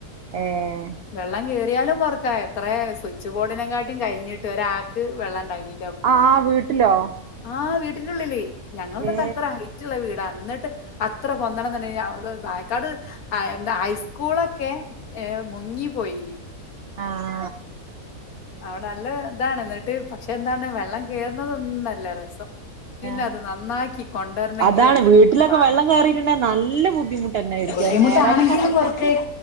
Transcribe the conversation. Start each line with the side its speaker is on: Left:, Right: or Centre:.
Right: ഏഹ്
Left: വെള്ളം കേറിയാലും പൊറുക്കാ എത്ര സ്വിച്ച് ബോർഡിനെക്കാട്ടിലും കഴിഞ്ഞിട്ട് ഒരാൾക്ക് വെള്ളം ഇണ്ടായിനി
Right: ആഹ് വീട്ടിലോ
Left: ആഹ് വീട്ടിന്റുള്ളിലേ ഞങ്ങളപ്പോ
Right: ഏ
Left: തലത്രറ ആയി റ്റുള്ള വീട് എന്നിട്ട് അത്ര പൊന്തണംന്ന് ണ്ടേൽ വായക്കാട് ആഹ് എന്താ ഹൈസ്കൂളൊക്കെ ഏഹ് മുങ്ങി പോയിന്
Right: ആഹ്
Left: അവിടെ നല്ല താണ് എന്നിട്ട് പക്ഷെ എന്താണ് വെള്ളം കേറുന്നതൊന്നല്ല രസം പിന്നെ
Right: ആഹ്
Left: അത് നന്നാക്കി കൊണ്ടരണങ്കിൽള്ളരു
Right: അതാണ് വീട്ടിലൊക്കെ
Left: പണി
Right: വെള്ളം കേറിയിട്ടുണ്ടെ നല്ല ബുദ്ധിമുട്ടന്നായിരിക്കും
Left: ബുദ്ധിമുട്ടാണെങ്കിലും
Right: അത് നേരാക്കി കൊണ്ടുവരാൻ
Left: കുറച്ചു